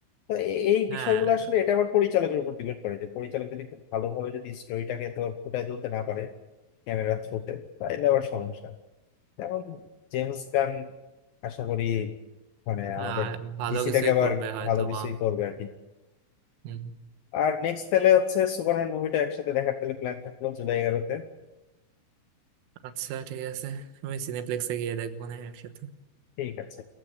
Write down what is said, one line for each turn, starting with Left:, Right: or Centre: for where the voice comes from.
Left: তো এ- এই
Right: হ্যাঁ
Left: বিষয়গুলো আসলে এটা আবার পরিচালকের উপর ডিপেন্ড করে যে পরিচালক যদি খুব ভালোভাবে যদি স্টোরিটাকে তো ফুটায় তুলতে না পারে ক্যামেরা থ্রুতে তাহলে আবার সমস্যা যেমন জেমস গান আশা করি মানে আমাদের
Right: আর ভালো
Left: ডিসিটাকে
Right: কিছুই
Left: আবার
Right: করবে হয়তো
Left: ভালো কিছুই
Right: বা
Left: করবে আর কি
Right: হুম।
Left: আর নেক্সট তাহলে হচ্ছে সুপারম্যান মুভিটা একসাথে দেখার তাহলে প্ল্যান থাকলো জুলাই এগারোতে
Right: আচ্ছা ঠিক আছে আমি সিনেপ্লেক্সে গিয়ে দেখবো না একসাথে
Left: ঠিক আছে